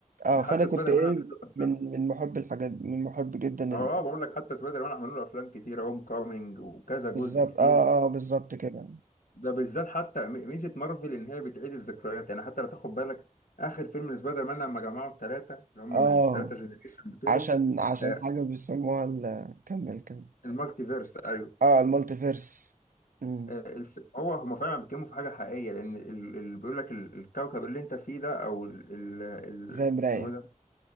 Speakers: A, on the right; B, on the left.
A: اه
B: ده
A: فانا
B: حتى
A: كنت
B: سبايدر
A: ايه
B: مان عمل له أفلام
A: من من محب الحاجات دي، من محب جدا
B: اه
A: ال-
B: آه، بقول لك حتى سبايدر مان عملوا له أفلام كتير هوم كامينج وكذا جزء
A: بالظبط
B: كتير
A: اه اه بالظبط كده
B: ده بالذات حتى م- ميزة مارفل إن هي بتعيد الذكريات يعني حتى لو تاخد بالك آخر فيلم لسبايدر مان لما جمعوا الثلاثة اللي هم
A: اه
B: من الثلاثة جنريشن بتوعه
A: عشان عشان
B: آه،
A: حاجه بيسموها ال- كمل كمل
B: المالتيفيرس ايوه
A: اه المالتي فيرس مم.
B: آه، الف... هو هما فعلا بيتكلموا في حاجة حقيقية لأن ال- اللي بيقول لك ال- الكوكب اللي أنت فيه ده أو ال... ال...
A: زي
B: ال...
A: مراية
B: اسمه إيه ده